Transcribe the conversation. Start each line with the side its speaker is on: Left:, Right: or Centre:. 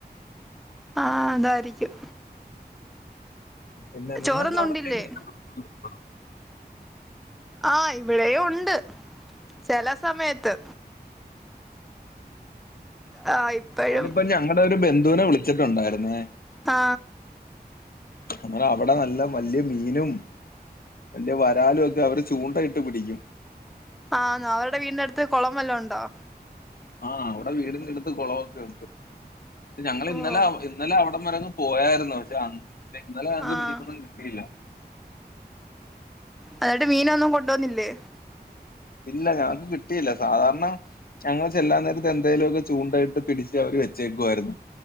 Centre: ആ അതായിരിക്കും
Left: പിന്നെ നിങ്ങക്ക്
Centre: ചോറൊന്നും
Left: അവിടെ
Centre: ഉണ്ടില്ലേ
Left: <unintelligible>
Centre: ആ എവിടെയും ഉണ്ട് ചെല സമയത്ത് ആഹ് ഇപ്പഴും
Left: ഞാനിപ്പോ ഞങ്ങടെ ഒരു ബന്ധുനെ വിളിച്ചു ച്ചിട്ടുണ്ടായിരുന്നേ
Centre: ആ
Left: അന്നേരം അവിടെ വല്യ മീനും വല്യ വരാലോക്കെ അവര് ചൂണ്ടായിട്ട് പിടിക്കും
Centre: ആന്നോ അവര്ടെ വീടിനടുത്ത് കോളോം വല്ലോം ഉണ്ടൊ?
Left: ആ അവ്ടെ വീടിന്റെ അടുത്ത് കോളൊക്കെ ഉണ്ട് ഞങ്ങളിന്നലെ
Centre: ഓഹ്
Left: ഇന്നലെ അവടെം വരെ ഒന്ന് പോയായിര്ന്നു ഇന്നലെ ഞങ്ങക്ക്
Centre: ആഹ്
Left: മീനൊന്നും കിട്ടിയില്ല
Centre: എന്നട്ട് മീനൊന്നും കൊണ്ടൊന്നില്ലേ?
Left: ഇല്ല ഞങ്ങള്ക്ക് കിട്ടിയില്ല, സാധാരണ ഞങ്ങൾ ചെല്ലാൻ നേരത്ത് എന്തേലൊക്കെ ചൂണ്ടയിട്ട് പിടിച്ച് അവര് വെച്ചേക്കുവായിരുന്നു